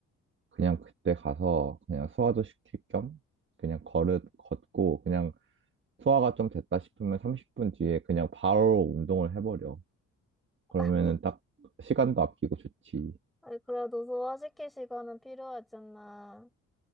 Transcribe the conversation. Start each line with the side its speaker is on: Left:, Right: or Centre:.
Right: 그냥 그때 가서 그냥 소화도 시킬 겸 그냥 걸을 걷고 그냥 소화가 좀 됐다 싶으면 30분 뒤에 그냥 바로 운동을 해버려.
Centre: <laughs>
Right: 그러면은 딱 시간도 아끼고 좋지.
Centre: 아니, 그래도 소화시킬 시간은 필요하잖아.